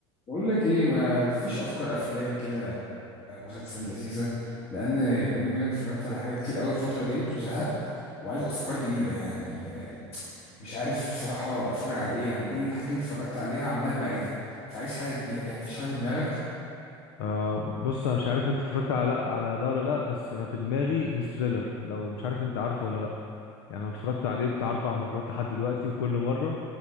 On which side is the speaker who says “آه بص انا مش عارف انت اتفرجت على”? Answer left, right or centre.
Left